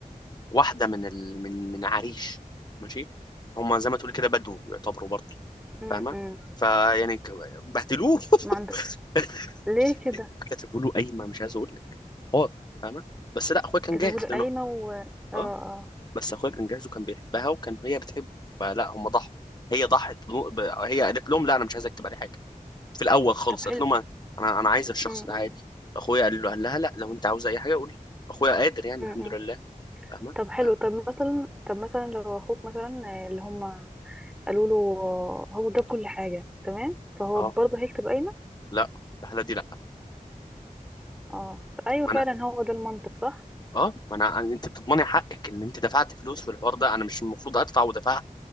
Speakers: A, on the left; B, in the centre.
A: واحده من ال... من من عريش ماشي هما زي ما تقول كده بدو يعتبروا برضه
B: امم
A: فاهمه فيعني ك- بهدلوه <laughs>
B: ما عنده ليه كده
A: كتبوا له قايمه مش عايز اقول لك حوار فاهمه بس لا اخويا كان
B: كتبوا
A: جاهز
B: له قايمه
A: لانه
B: و اه اه
A: اه بس اخويا كان جاهز وكان بيحبها وكان هي بتحبه فلا هم ضحوا هي ضحت بم- ب- هي قالت لهم لا انا مش عايز اكتب عليه حاجه في الاول خالص
B: طب حلو
A: قالت لهم انا انا أنا عايزه الشخص
B: امم
A: ده عادي اخويا قال له قال لها لا لو انت عاوز اي حاجه قولي اخويا قادر يعني
B: امم
A: الحمد لله فاهمه
B: طب حلو
A: ف-
B: طب مثلا طب مثلا لو اخوك مثلا آه، اللي هم قالوا له آه، هو جاب كل حاجة تمام فهو
A: اه
B: برضه هيكتب قايمة
A: لا في الحاله دي لا
B: اه ايوه
A: ما
B: فعلا
A: انا
B: هو ده المنطق صح
A: اه ما انا انت بتضمني حقك ان انت دفعت فلوس في الحوار ده انا مش المفروض ادفع ودفعها